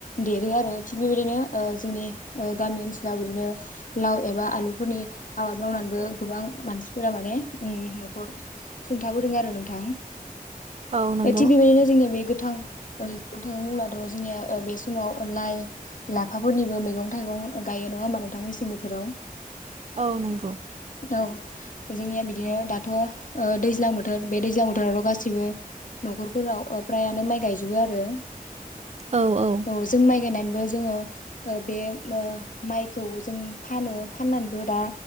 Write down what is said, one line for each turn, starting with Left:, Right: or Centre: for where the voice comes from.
Left: देरो आरो थिग बेबायदिनो ओ जोंनि गामि ओनसोलाव बिदिनो लाव एबा आलुफोरनि आबाद मावनानैबो गोबां मानसिफोरा माने न'खर सुंथाबोदों आरो नोंथां
Right: औ नंगौ
Left: थिग बेबायदिनो जोंनिया बे गोथां मैग थाइगं बुङोब्लाथ' जोंनिया बे समाव लाय लाफाफोरनिबो मैगं थाइगं गायो नङा होमबा नोंथां मेसें बोथोराव?
Right: औ नंगौ
Left: औ जोंनिया बिदिनो दाथ'ओ दैज्लां बोथोर बे दैज्लां बोथोरावथ' गासिबो न'खरफोराव फ्रायानो माइ गायजोबो आरो।
Right: औ औ
Left: औ जों माइ गायनानैबो जोङो बे माइखौ जों फानो फाननानैबो दा